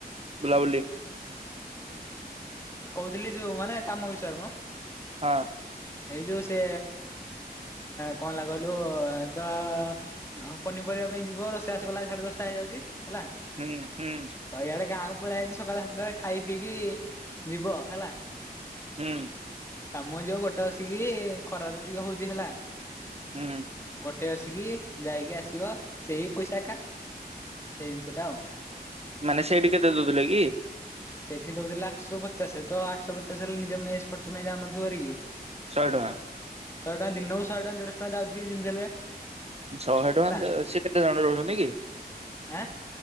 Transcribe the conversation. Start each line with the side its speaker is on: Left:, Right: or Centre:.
Right: ବୁଲାବୁଲି?
Left: କହୁଥିଲି ଯୋଉ ମାନେ କାମ ବିଷୟରେ ମ।
Right: ହଁ।
Left: ଏଇ ଯୋଉ ସେ କଣ ହେଲା କହିଲୁ ତ ଆଉ ପନିପରିବା ପାଇଁ ଯିବ ରୋଷେଇ ବାସ କଲାବେଳେ ସାଢେ ଦଶଟା ହେଇଯାଉଛି ହେଲା।
Right: ହୁଁ ହୁଁ।
Left: ଆ ଇଆଡେ ଗାଁକୁ ପଳେଇ ଆଇଛି ସକାଳ ସାତଟାରେ ଖାଇ ପିଇକି ଯିବ ହେଲା।
Right: ହୁଁ।
Left: କାମ ଯିବ ଗୋଟେ ଅସିକି ଖରାରେ ଟିକେ ହଉଛି ହେଲା।
Right: ହୁଁ।
Left: ଗୋଟେ ଆସିକି ଯାଇକି ଆସିବ ସେଇ ପଇସା ଏକା ସେଇ ଜିନିଷ ଟା ଆଉ।
Right: ମାନେ ସେଇଠି କେତେ ଦଉଥିଲେ କି?
Left: ସେଠି ଦଉଥିଲେ ଆଠଶହ ପଚାଶ ତ ଆଠଶହ ପଚାଶ ହେଲେ। ନିଜ ମେସ୍ ଖର୍ଚ୍ଚ ପାଇଁ ଯାଉନଥିବ ହେରିକି।
Right: ଶହେ ଟଙ୍କା?
Left: ଶହ ଟଙ୍କା ଦିନକୁ ଶହେ ଟଙ୍କ ଦେଢଶହ ଟଙ୍କା ଯାଉଛି ଯେମିତି ହେଲେ।
Right: ଶହେ ଟଙ୍କା
Left: ହେଲା
Right: ସେ କେତେ ଜଣ ରହୁଛନ୍ତି କି?
Left: ଆଁ?